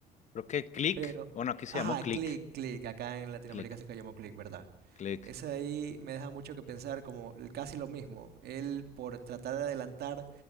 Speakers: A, on the left (about 45°); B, on the right (about 70°).
A: Creo que Click,
B: Pero,
A: bueno, aquí se
B: ajá,
A: llamó Click,
B: Click, Click, acá en Latinoamérica
A: Click,
B: se llamó Click, ¿verdad?
A: Click.
B: Ese ahí me deja mucho que pensar, como el- casi lo mismo. Él por tratar de adelantar